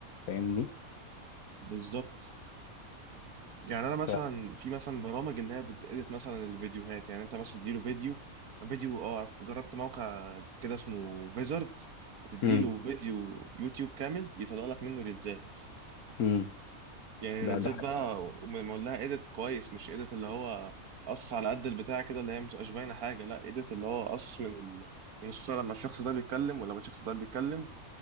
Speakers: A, on the left (about 85°); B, on the right (about 80°).
A: فاهمني
B: بالظبط يعني انا مثلا
A: ف...
B: في مثلا برامج اللي هي بتedit مثلا الفيديوهات يعني انت مثلا تديله فيديو فيديو اه جربت موقع كده اسمه فيزرد
A: <laughs>
B: بتديله
A: امم
B: فيديو يوتيوب كامل يطلع لك منه ريلزات
A: امم
B: يعني
A: ده
B: ريلزات
A: ده حاجة.
B: بقى ومعمول لها ايديت كويس مش ايديت اللي هو قص على قد البتاع كده اللي هي متبقاش باينه حاجه لا ايديت اللي هو قص من ال... من الصوره لما الشخص ده بيتكلم ولما الشخص ده بيتكلم